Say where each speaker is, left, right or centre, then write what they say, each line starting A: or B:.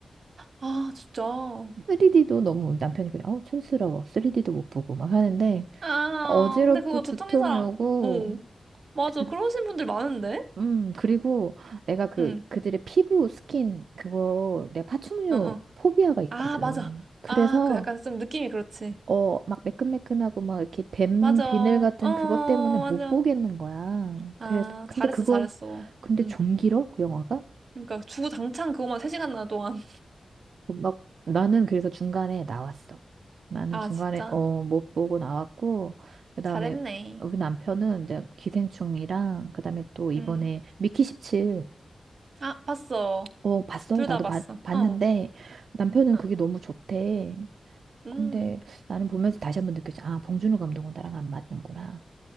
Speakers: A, on the right; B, on the right.
A: 아, 진짜.
B: 3D도 너무 남편이 그래, 어우, 촌스러워. 3D도 못 보고 막 하는데,
A: 아,
B: 어지럽고
A: 근데 그거
B: 두통이
A: 두통인 사람,
B: 오고,
A: 오, 맞아.
B: 그,
A: 그러신 분들 많은데?
B: 음, 그리고 내가 그,
A: 응,
B: 그들의 피부 스킨, 그거, 내가 파충류
A: 어, 어.
B: 포비아가 있거든.
A: 아, 맞아.
B: 그래서,
A: 아, 그 약간 좀 느낌이 그렇지.
B: 어, 막 매끈매끈하고 막 이렇게 뱀
A: 맞아.
B: 비늘 같은
A: 어,
B: 그것 때문에
A: 맞아.
B: 못 보겠는 거야.
A: 아,
B: 그래서, 근데
A: 잘했어,
B: 그걸,
A: 잘했어.
B: 근데
A: 응.
B: 좀 길어? 그 영화가?
A: 그러니까 주구장창 그거만 3시간이나 동안.
B: 막 나는 그래서 중간에 나왔어. 나는
A: <laughs> 아,
B: 중간에
A: 진짜.
B: 어 못 보고 나왔고 그다음에
A: 잘했네.
B: 우리 남편은 이제 기생충이랑 그다음에 또 이번에
A: 응.
B: 미키 17.
A: 아, 봤어.
B: 어 봤어.
A: 둘
B: 나도
A: 다 봤어.
B: 봤, 봤는데
A: 어,
B: 남편은
A: 어,
B: 그게 너무 좋대.
A: 음.
B: 근데 나는 보면서 다시 한번 느꼈지. 아, 봉준호 감독은 나랑 안 맞는구나.